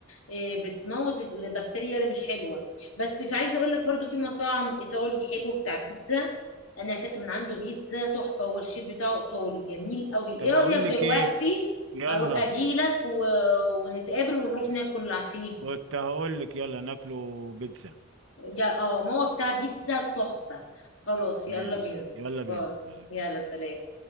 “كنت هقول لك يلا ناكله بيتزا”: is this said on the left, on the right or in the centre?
Right